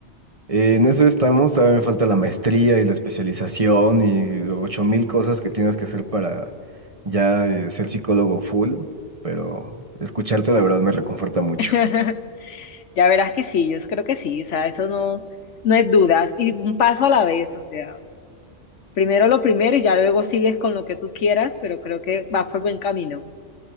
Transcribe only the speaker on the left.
<laughs> Ya verás que sí, yo creo que sí, o sea, eso no, no es dudas. Y un paso a la vez, o sea, primero lo primero y ya luego sigues con lo que tú quieras, pero creo que vas por buen camino.